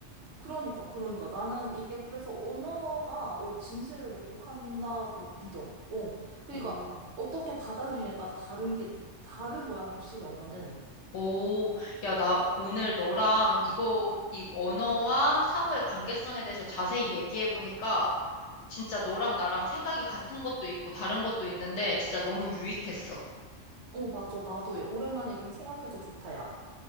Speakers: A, on the right; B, on the left.
A: 그러니까, 그러니까. 나는 이게 그래서 언어가, 어, 진실을 왜곡한다고 믿어. 어. 그러니까,
B: 오,
A: 어떻게 받아들이냐에 따라 다른 게, 느- 다른 거야, 확실히 언어는.
B: 오, 야, 나 오늘 너랑 이거, 이 언어와 사고의 관계성에 대해서 자세히 얘기해 보니까 진짜 너랑 나랑 생각이 같은 것도 있고 다른 것도 있는데 진짜 너무 유익했어.
A: 어, 맞아. 나도 오랜만에 이런 생각해서 좋다, 야.